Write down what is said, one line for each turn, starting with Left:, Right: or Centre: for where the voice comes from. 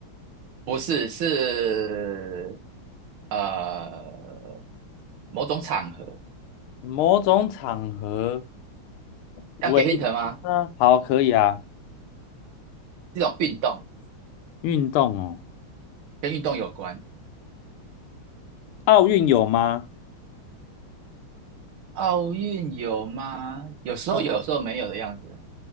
Right: 不是，是呃某种场合
Left: 某种场合围着他，
Right: 要给 hint 吗？
Left: 好，可以啊。
Right: 这种运动
Left: 运动哦，
Right: 跟运动有关。
Left: 奥运有吗？
Right: 奥运有吗？有时候有，有时候没有的样子。